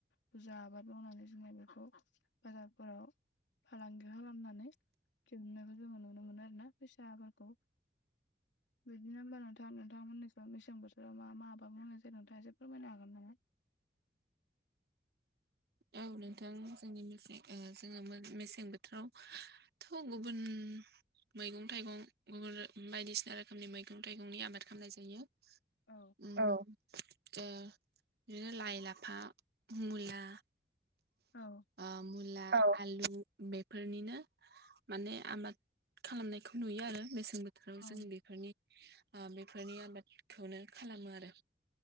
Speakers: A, on the left; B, on the right.
A: बुरजा आबाद मावनानै जोङो बेखौ बाजारफोराव फालांगि खालामनानै दिहुननायखौ जोङो नुनो मोनो आरोना फैसाफोरखौ बिदिनो होनबा नोंथां नोंथांमोननि मेसें बोथोराव मा मा आबाद मावनाय जायो नोंथाङा एसे फोरमायनो हागोन ना
B: औ नोंथां जोंनि मेसें जोङो मेसें बोथोरावथ' गुबुन मैगं थाइगं गुबुन बायदिसिना रोखोमनि मैगं थाइगंनि आबाद खालामनाय जायो
A: औ
B: औ ओ बिदिनो लाय लाफा मुला
A: औ
B: ओ मुला औ आलु बेफोरनिनो माने आबाद खालामनायखौ नुयो आरो मेसें बोथोराव बोथोराव
A: औ
B: जों बेफोरनि बेफोरनि आबादखौनो खालामो आरो